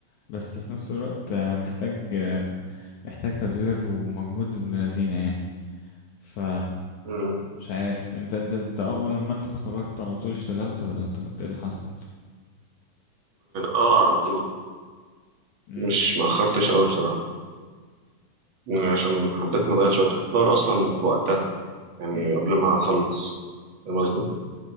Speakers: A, on the left (about 70°); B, on the right (about 45°).
A: بس في نفس الوقت آه، محتاج آه، محتاج تدوير ومجهود ابن لذينة يعني ف
B: مم.
A: مش عارف انت انت انت اول لما انت اتخرجت على طول اشتغلت ولا انت كنت ايه اللي حصل؟
B: اه على طول
A: امم
B: مش مأخرتش قوي بصراحة يعني عشان حبيت ما اضيعش وقت كنت بدور اصلا في وقتها يعني
A: امم
B: قبل ما اخلص فاهم قصدي